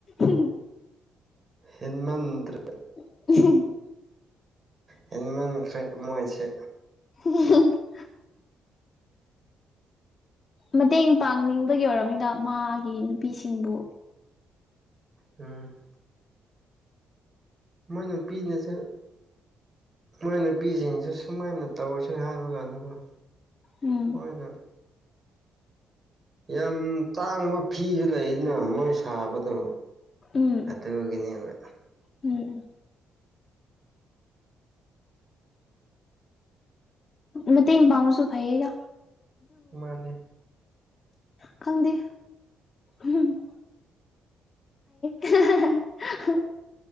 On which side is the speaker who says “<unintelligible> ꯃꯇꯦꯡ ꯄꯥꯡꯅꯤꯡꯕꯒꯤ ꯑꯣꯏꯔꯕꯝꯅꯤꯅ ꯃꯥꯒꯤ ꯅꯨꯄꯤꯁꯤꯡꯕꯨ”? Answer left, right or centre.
Left